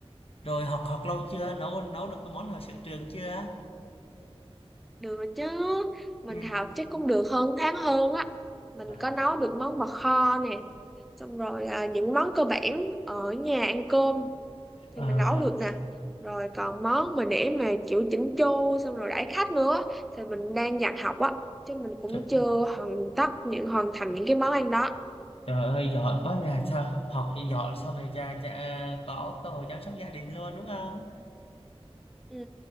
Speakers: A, on the left; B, in the centre.
A: rồi học học lâu chưa? Nấu nấu được cái món nào sở trường chưa?
B: được rồi chứ mình
A: ừ
B: học chắc cũng được hơn tháng hơn á mình
A: à,
B: có nấu được món bò kho nè xong rồi à, những món cơ bản ở nhà ăn cơm
A: à,
B: thì mình nấu được nè rồi còn món mà để mà kiểu chỉnh chu xong rồi đãi khách nữa á, thì mình đang dạy học á chứ mình cũng
A: trời,
B: chưa hoàn tất những hoàn thành những cái món ăn đó
A: trời ơi giỏi quá nhà sao học thì giỏi sau này cha cha có cơ hội chăm sóc gia đình luôn đúng không?
B: ừ,